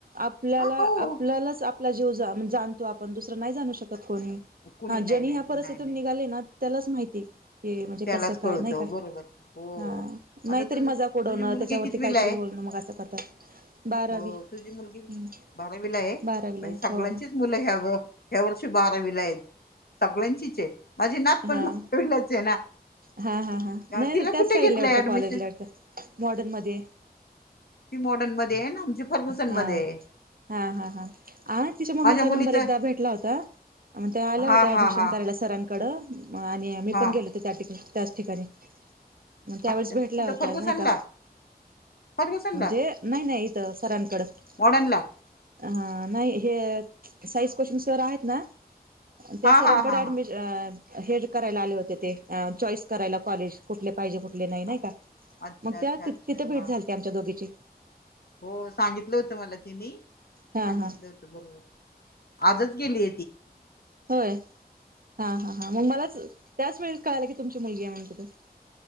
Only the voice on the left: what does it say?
का हो
कुणी
नाही
नाही
नाही
नाही
त्यालाच
कळतं
बरोबर हो
आता
तुझ
तुझी मुलगी
कितवीला
आहे
हो तुझी मुलगी
बारावीला आहे,
बाई
सगळ्यांचीच
मुलं ह्या ह्या वर्षी बारावीला आहेत. सगळ्यांचीच आहे, माझी नात पण
बारावीला आहे ना.
तिला
कुठे
घेतलंय
ऍडमिशन
ती मॉडन मध्ये ना आमची फरबुजांमध्ये
हाय.
मुलीच
हा
हा हा
हा
अच्छा
कुठं
फर्गुसनला
फर्गुसनला
मॉडर्नला
हा हा हा
हा
हा
अच्छा
अच्छा
अच्छा
हा
हो सांगितलं होत, मला त्यांनी
सांगितलं
होत, बघ आजच गेली.